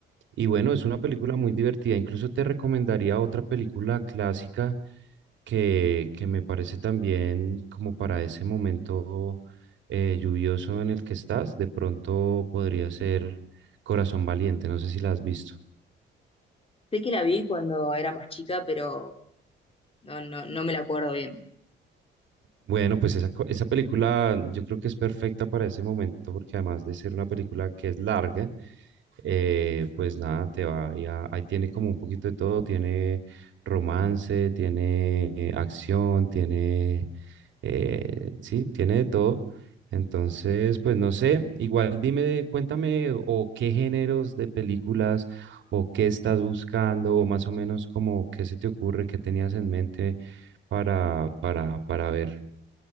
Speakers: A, on the right; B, on the left.
A: Y bueno, es una película muy divertida. Incluso te recomendaría otra película clásica que, que me parece también como para ese momento eh, lluvioso en el que estás. De pronto podría ser Corazón Valiente. No sé si la has visto.
B: sé que la vi cuando era más chica, pero no, no, no me la acuerdo bien.
A: Bueno, pues esa, co- esa película yo creo que es perfecta para ese momento porque además de ser una película que es larga, eh, pues nada, te va, ahí a- ahí tiene como un poquito de todo, tiene romance, tiene eh, acción, tiene, eh, sí, tiene de todo. Entonces, pues no sé, igual dime, cuéntame o qué géneros de películas o qué estás buscando o más o menos como qué se te ocurre, qué tenías en mente para, para, para ver.